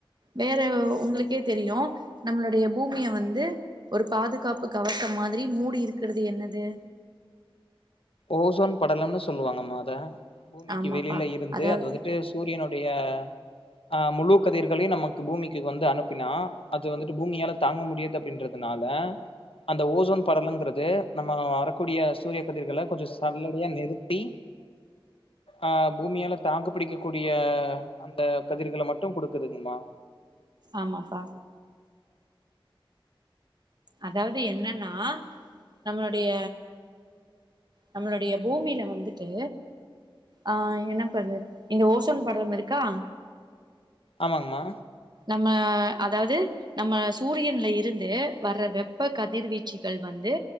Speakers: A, on the right; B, on the left.
A: வேற உங்ளுக்கே தெரியு நம்மளுடைய பூமிய வந்து ஒரு பாதுகாப்பு கவசம் மாதிரி மூடிருக்குறது என்னது
B: ஓசோன் படலம்னு சொல்லுவாங்கம்மா அத பூமிக்கி
A: ஆமாப்பா
B: வெளில இருந்து
A: அதாவது
B: அது வந்துட்டு சூரியனோட் டைய ஆ முழு கதிர்களியு நமக்கு பூமிக்கி வந்து அனுப்பினா அது வந்துட்டு பூமியால தாங்க முடியாது அப்டின்றது னால அந்த ஓசோன் படலோங்கறது நம்ம வரக்கூடிய சூரிய கதிர்கள கொஞ்சோ சல்லடையா நிறுத்தி ஆ பூமியால தாக்கு பிடிக்கக் கூடிய அந்த கதிர்கள மட்டு குடுக்குதுங்ம்மா
A: ஆமாப்பா அதாவது என்னன்னா நம்மளுடைய நம்மளுடைய பூமில வந்துட்டு ஆ என்னப்பாது இந்த ஓசோன் படலம் இருக்கா
B: ஆமாங்ம்மா
A: நம்ம அதாவ்து நம்ம சூரியன்ல இருந்து வர்ற வெப்ப கதிர்வீச்சிகள் வந்து